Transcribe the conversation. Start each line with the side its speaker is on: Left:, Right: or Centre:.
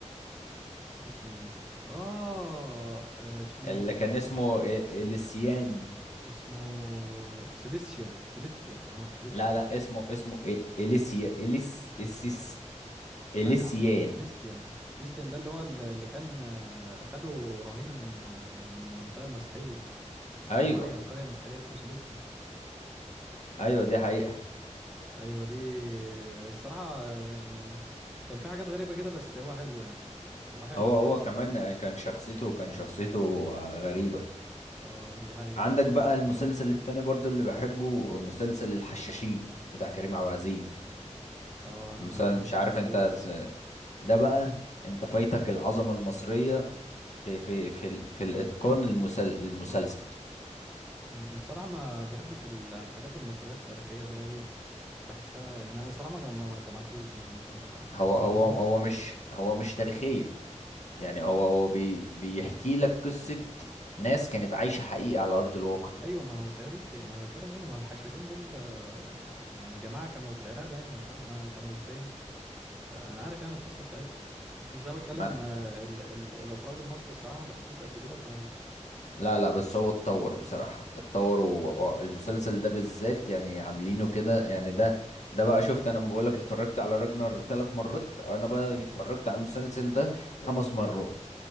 Centre: نسي اسمي اه آه، اسمه
Left: اللي كان اسمه إ- اليسيان
Centre: اسمه سيبستيان سيبستيان اه سيبستي
Left: لا لا اسمه اسمه إ- اليسيا اليس اليس اليسيان
Centre: لا يا عم اسمه سيبستيان سيبستيان ده اللي هو ال- اللي كان آه، خده رهينة من آه، من منطقة مسيحية
Left: ايوه
Centre: من قرية قرية مسيحية اسمه سيبستيان
Left: ايوه دي حقيقة
Centre: ايوه دي الصراحة آه، يعني كان في حاجات غريبة كده بس هو حلو يعني هو حلو
Left: هو
Centre: المسلسل
Left: هو كمان
Centre: حلو
Left: كان شخصيته كان شخصيته آه، غريبة
Centre: اه دي حقيقة
Left: عندك بقى المسلسل التاني برضو اللي بحبه مسلسل الحشاشين بتاع كريم عبد العزيز
Centre: اه انا
Left: المسلسل
Centre: ما
Left: مش
Centre: سمعتوش
Left: عارف انت
Centre: ده
Left: تس- ده بقى انت فايتك العظمة المصرية في في في ال- في الاتقان المسل- المسلسل
Centre: أمم، بصراحة ما بحبش ال- الحاجات المصرية التاريخية دي أوي بحسها يعني أنا صراحة ما ما ما سمعتوش يعني عشان ما
Left: هو
Centre: مظلموش
Left: هو هو مش هو مش تاريخية يعني هو هو بي بيحكي لك قصة ناس كانت عايشة حقيقي على أرض الواقع
Centre: ايوه ما هو تاريخي ما أنا بتكلم ايوه ما الحشاشين دول آه، يعني جماعه كانوا في العراق باين انا مش عارف جا- كانوا فين آه، انا عارف يعني القصه بتاعتهم بس انا بتكلم
Left: ما
Centre: آه، ال ال الاخراج المصري الصراحه ما بحبوش قد كده ف
Left: لا لا بس هو اتطور بصراحة اتطور والمسلسل ده بالذات يعني عاملينه كده يعني ده ده بقى شفت انا بقول لك اتفرجت على راجنر ثلاث مرات انا بقى اتفرجت على المسلسل ده خمس مرات